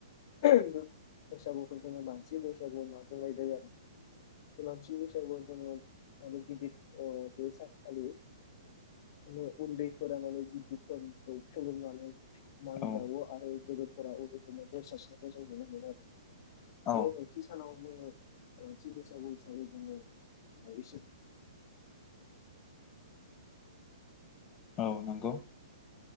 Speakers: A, on the left; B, on the left.
A: उहुम बैसागुखौ जोङो बांसिन बैसागु माखौराय जायो आरो। बे मानसिनि बैसागुआव जोंयो ओ बिदिर ओ बेसानखालि माने उन्दैफोरा माने बिजिर फोरनिफ्राय सोलोंनानै मान‌
B: औ
A: बावो आरो गोदोरफोरा उनदै फोरनो बोर सारस्रिनाय
B: औ
A: <unintelligible> थि सानावबो थि बैसागो हिसाबै जोङो <unintelligible> <unintelligible> खुलुमनानै
B: औ नंगौ